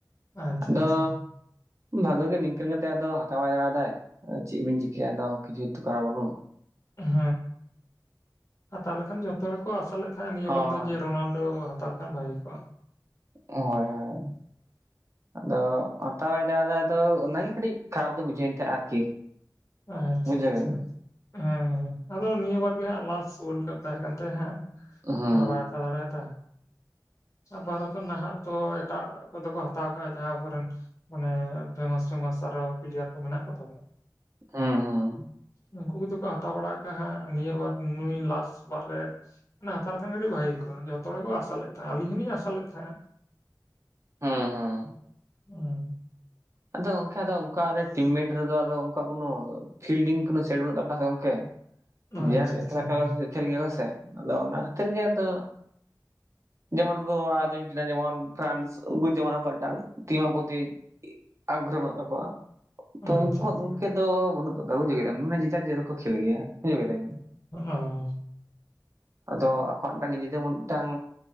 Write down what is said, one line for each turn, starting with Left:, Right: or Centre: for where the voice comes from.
Left: ᱟᱪᱪᱷᱟ
Right: ᱟᱫᱚ
Left: ᱟᱪᱪᱷᱟ
Right: ᱵᱷᱟᱜᱮ ᱜᱮ ᱱᱤᱝᱠᱟᱹ ᱠᱟᱛᱮᱜ ᱟᱫᱚ ᱦᱟᱛᱟᱣ ᱵᱟᱭ ᱫᱟᱲᱟᱫᱟᱭ ᱪᱮᱫ ᱵᱤᱱ ᱪᱤᱠᱟᱹᱭᱟ ᱟᱫᱚ ᱠᱤᱪᱷᱩᱚ ᱠᱚᱨᱣᱟ ᱵᱟᱹᱱᱩᱜ
Left: ᱦᱮᱸ ᱦᱮᱸ ᱛᱟᱦᱚᱞᱮ ᱠᱷᱟᱱ ᱡᱷᱚᱛᱚ ᱦᱚᱲᱠᱚ ᱟᱥᱟ ᱞᱮᱫ ᱛᱟᱦᱮᱸᱱᱟ ᱱᱤᱭᱟᱹ
Right: ᱦᱳᱭ
Left: ᱢᱚᱫᱽᱷᱮ ᱡᱮ ᱨᱳᱱᱟᱞᱰᱳ ᱛᱚ ᱦᱟᱛᱟᱣ ᱞᱮᱠᱷᱟᱱ ᱵᱷᱟᱜᱤ ᱠᱚᱜᱼᱟ᱾
Right: ᱦᱳᱭ ᱦᱳᱭ ᱟᱫᱚ ᱦᱟᱛᱟᱣᱮᱫᱟᱭᱫᱚ ᱟᱫᱚ ᱚᱱᱟᱜᱮ ᱠᱟᱹᱴᱤᱡ ᱠᱷᱟᱨᱟᱯ ᱫᱚ ᱵᱩᱡᱷᱟᱹᱣᱮᱱ ᱛᱟᱦᱮᱸᱫ ᱟᱨᱠᱤ
Left: ᱟᱪᱷᱟ
Right: ᱵᱩᱡᱷᱟᱹᱣ
Left: ᱟᱪᱷᱟ
Right: ᱠᱮᱫᱟ ᱵᱮᱱ?
Left: ᱦᱮᱸ ᱟᱫᱚ ᱱᱤᱭᱟᱹ ᱵᱟᱨ ᱜᱮ ᱦᱟᱸᱜ ᱞᱟᱥᱴ ᱣᱟᱞᱰ ᱠᱟᱯ ᱛᱟᱦᱮᱸ ᱠᱟᱱ ᱛᱟᱦᱮᱸ ᱦᱟᱸᱜ
Right: ᱦᱩᱸ
Left: ᱟᱨᱵᱟᱠᱷᱟᱡ ᱥᱟᱫᱟᱲᱛᱟ ᱵᱟᱨᱚᱛᱚ ᱱᱟᱦᱟᱜ ᱛᱚ ᱮᱴᱟᱜ ᱠᱚᱫᱚ ᱠᱚ ᱦᱟᱛᱟᱣ ᱠᱟᱜᱼᱟ ᱡᱟᱦᱟᱸ ᱟᱵᱚᱨᱮᱱ ᱢᱟᱱᱮ ᱯᱷᱮᱢᱟᱥ-ᱯᱷᱮᱢᱟᱥ ᱟᱨᱚ ᱯᱞᱮᱭᱟᱨ ᱠᱚ ᱢᱮᱱᱟᱜ ᱠᱚ ᱛᱟᱵᱚᱱᱟ᱾
Right: ᱦᱩᱸ ᱦᱩᱸ
Left: ᱩᱱᱠᱩ ᱠᱚᱫᱚ ᱠᱚ ᱦᱟᱛᱟᱣ ᱵᱟᱲᱟ ᱟᱠᱟᱜ ᱦᱟᱸᱜ ᱱᱤᱭᱟᱹ ᱵᱟᱨ ᱱᱩᱭ ᱞᱟᱥ ᱵᱟᱨ ᱨᱮ ᱚᱱᱟ ᱦᱟᱛᱟᱣ ᱞᱮᱠᱷᱟᱱᱴᱤᱡ ᱵᱷᱟᱹᱜᱤ ᱠᱚᱜ-ᱟ ᱡᱚᱛᱚ ᱦᱚᱲ ᱜᱮ ᱠᱚ ᱟᱥᱟᱞ ᱞᱮᱫ ᱛᱟᱦᱮᱸᱜ, ᱟᱹᱞᱤᱧ ᱦᱚᱞᱤᱧ ᱟᱥᱟ ᱞᱮᱫ ᱛᱟᱦᱮᱸᱫ
Right: ᱦᱩᱸ ᱦᱩᱸ
Left: ᱦᱩᱸ
Right: ᱟᱫᱚ ᱜᱚᱝᱠᱮ ᱟᱫᱚ ᱚᱝᱠᱟ ᱟᱞᱮ ᱴᱤᱢᱮᱴ ᱨᱮᱫᱚ ᱟᱫᱚ ᱚᱝᱠᱟ ᱠᱚᱱᱚ ᱯᱷᱤᱞᱰᱤᱝ ᱠᱳᱱᱳ ᱥᱮᱴ ᱵᱟᱹᱱᱩᱜ ᱛᱟᱠᱚ ᱜᱚᱝᱠᱮ
Left: ᱟᱪᱪᱷᱟ
Right: ᱱᱤᱡᱮᱨ
Left: ᱟᱪᱪᱷᱟ
Right: ᱮᱠᱟᱞ ᱮᱠᱞᱟ
Left: ᱦᱩᱸ,
Right: ᱠᱷᱮᱞ ᱜᱮᱭᱟ ᱠᱚᱥᱮ, ᱟᱫᱚ ᱚᱱᱟ ᱠᱷᱟᱹᱛᱤᱨ ᱜᱮ ᱟᱫᱚ,
Left: <inaudible>
Right: ᱡᱮᱢᱚᱱ ᱠᱚ ᱟᱡᱮᱱᱴᱤᱱᱟ ᱡᱮᱢᱚᱱ ᱯᱷᱨᱟᱱᱥ ᱠᱚ ᱡᱮᱢᱚᱱ <unintelligible> ᱴᱤᱢᱟᱯᱚᱛᱤ ᱟᱜᱽᱨᱚᱦᱟ ᱢᱮᱱᱟᱜ ᱛᱟᱠᱚᱣᱟ ᱛᱚ
Left: ᱟᱪᱪᱷᱟ
Right: ᱩᱱᱠᱩᱣᱟᱜ
Left: ᱟᱪᱪᱷᱟ
Right: ᱜᱚᱝᱠᱮ,
Left: ᱦᱩᱸ,
Right: ᱫᱚ ᱵᱟᱹᱱᱩᱜ ᱛᱟᱠᱚ ᱵᱩᱡᱽ ᱠᱮᱫᱟᱢ <unintelligible> ᱠᱷᱮᱞ ᱜᱮᱭᱟ ᱵᱩᱡᱷᱟᱹᱣ ᱠᱮᱫᱟ ᱵᱤᱱ,
Left: ᱚ
Right: ᱟᱫᱚ ᱟᱠᱚᱣᱟᱜ <unintelligible> ᱱᱤᱡᱮᱛᱮ ᱢᱤᱜᱴᱟᱝ